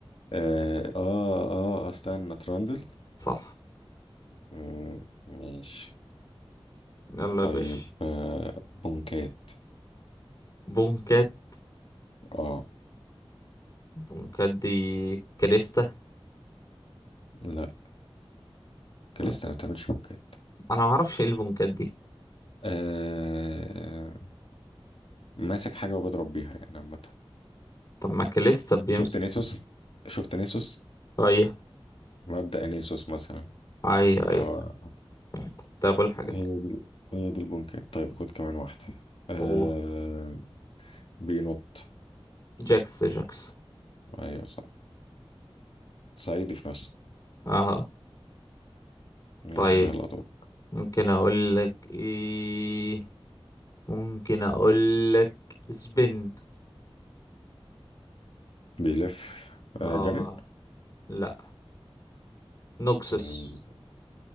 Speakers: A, on the left (about 70°); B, on the left (about 35°).
A: اه اه آه، استنى ترندل
B: صح
A: مم، ماشي
B: يلا
A: طيب
B: يا باشا
A: آه بونكات
B: بونكات
A: اه
B: بونكات دي كريستا
A: لا كان
B: طب
A: لسه ما بتعملش بونكات
B: انا ما اعرفش ايه البونكات دي
A: آه ماسك حاجة وبضرب بيها يعني عامة
B: طب ما كاليستا بيمسك
A: شفت نيسوس شفت نيسوس
B: ايوه
A: مبدأ نيسوس مثلا
B: ايوه ايوه
A: اللي هو
B: فهمت طب أقول حاجة
A: هي
B: تانية
A: دي هي دي البونكات طيب خد كمان واحدة آه
B: أوه.
A: بينط
B: جاكس جاكس
A: ايوه صح صعيدي في نفسه
B: اه
A: ماشي
B: طيب
A: يلا دور
B: ممكن اقول لك ايه ممكن اقول لك سبين
A: بيلف
B: اه
A: آه جنن
B: لا نوكسس
A: مين